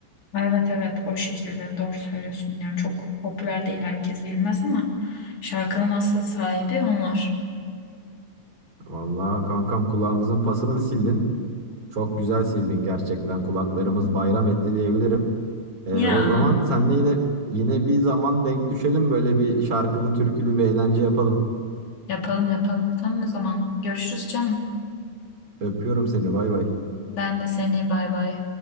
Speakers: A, on the left (about 85°); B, on the right (about 50°).
A: Evet evet o şekilde doğru söylüyorsun. Yani çok popüler değil herkes bilmez ama şarkının asıl sahibi onlar.
B: Vallahi kankam kulağımızın pasını sildin. Çok güzel sildin gerçekten. Kulaklarımız
A: Hı
B: bayram
A: hı.
B: etti diyebilirim. Ee,
A: Ya
B: o zaman senle yine yine bir zaman denk düşelim böyle bir şarkılı türkülü bir eğlence yapalım.
A: yapalım yapalım. Tamam o zaman görüşürüz canım.
B: Öpüyorum seni. Bay bay.
A: Ben de seni bay bay.